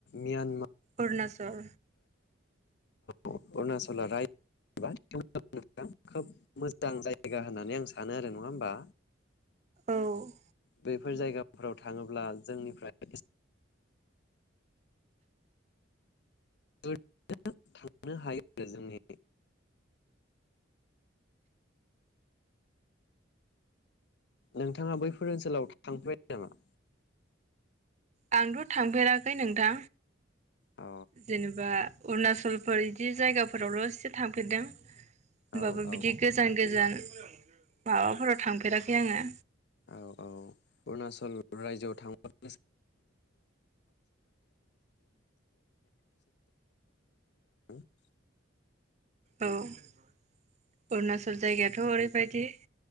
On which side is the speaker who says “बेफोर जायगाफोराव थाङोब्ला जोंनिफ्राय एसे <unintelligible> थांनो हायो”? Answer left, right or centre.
Left